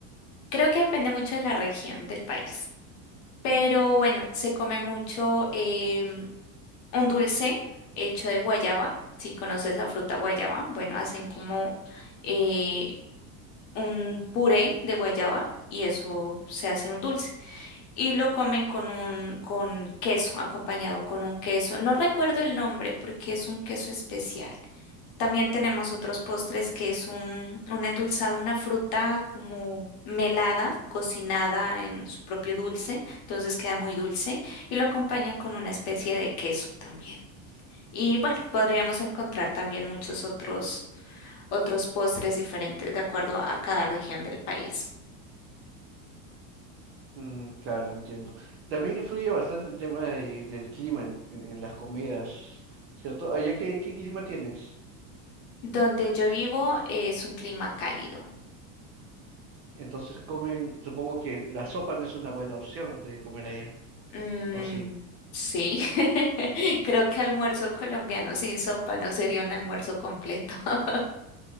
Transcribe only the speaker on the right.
Mm, claro, entiendo. También influye bastante el tema de- del clima en, en- en las comidas, ¿cierto? Allá qué, qué clima tienes.
Entonces comen, supongo que la sopa no es una buena opción de comer allá,
¿o sí?